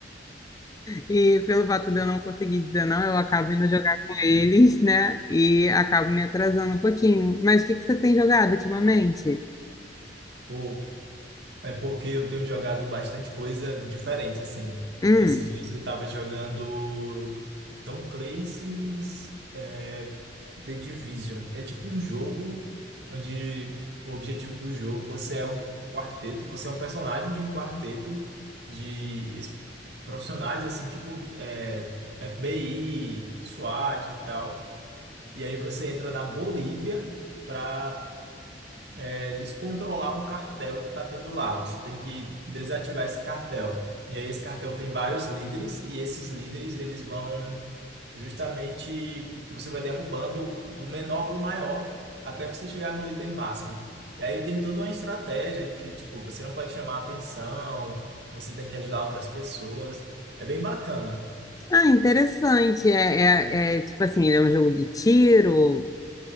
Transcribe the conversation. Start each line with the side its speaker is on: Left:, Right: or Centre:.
Left: E pelo fato de eu não conseguir dizer não, eu acabo indo jogar com eles, né? E acabo me atrasando um pouquinho. Mas o que que você tem jogado ultimamente?
Right: pô, É porque eu tenho jogado bastante coisa diferente, assim.
Left: Hum.
Right: Esses dias eu tava jogando Tom Clancy's é, The Division. É tipo um jogo onde o objetivo do jogo, você é um quarteto, você é um personagem de um quarteto de es- profissionais, assim, tipo é, FBI, SWAT e tal. E aí você entra na Bolívia para é, descontrolar um cartel que está tendo lá. Você tem que desativar esse cartel. E aí esse cartel tem vários líderes e esses líderes eles vão justamente você vai derrubando do menor para o maior até você chegar no líder máximo. E aí tem toda uma estratégia que tipo você não pode chamar atenção, você tem que ajudar outras pessoas. É bem bacana.
Left: Ah, interessante. É, é, é, tipo assim, ele é um jogo de tiro.